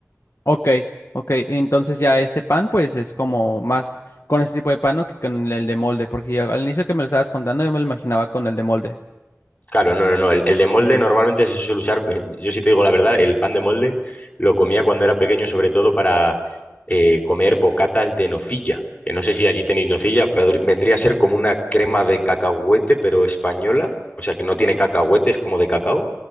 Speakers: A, on the left; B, on the left.
A: Ok, ok. Entonces ya este pan, pues es como más con este tipo de pan, ¿no? Que con el de molde, porque ya al inicio que me lo estabas contando yo me lo imaginaba con el de molde.
B: Claro, no, no, no. El, el de molde
A: Ujú.
B: normalmente se suele usar, eh, yo sí te digo la verdad, el pan de molde lo comía cuando era pequeño, sobre todo para eh, comer bocatas de nocilla. Que no sé si allí tenéis nocilla, pero vendría a ser como una crema de cacahuete, pero española. O sea, que no tiene cacahuetes como de cacao.